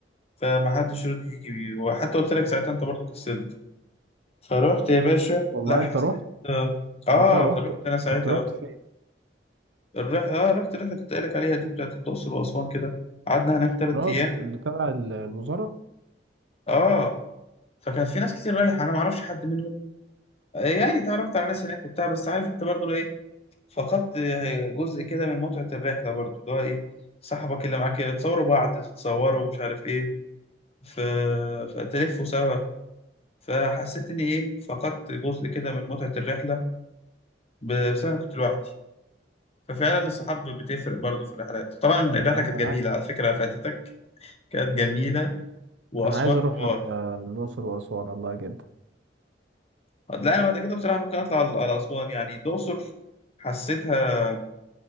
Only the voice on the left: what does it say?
فما حدش راضي يجي وحتى قلت لك ساعتها انت برضو كسلت فروحت يا باشا
لا حسيت
اه آه،
فروحت
انا ساعتها
بقى
الرح... اه رحت الرحله اللي كنت قايل لك عليها دي بتاعت الاقصر واسوان كده قعدنا هناك ثلاث
ايام
اه فكان في ناس كتير رايحه انا ما اعرفش حد منهم آه، يعني اتعرفت على ناس هناك وبتاع بس عارف انت برضه لو ايه فقدت آه، جزء كده من متعه الرحله برضه اللي هو ايه صاحبك اللي معاك تصوروا بعض تتصوروا ومش عارف ايه ف... فتلفوا سوا فحسيت اني ايه فقدت جزء كده من متعه الرحله بسبب انا كنت لوحدي ففعلا الصحاب بتفرق برضو في الرحلات طبعا الرحله
كانت جميله
على فكره فاتتك كانت جميله واسوان
حوار
لا انا بعد كده بصراحه ممكن اطلع على على اسوان يعني الاقصر حسيتها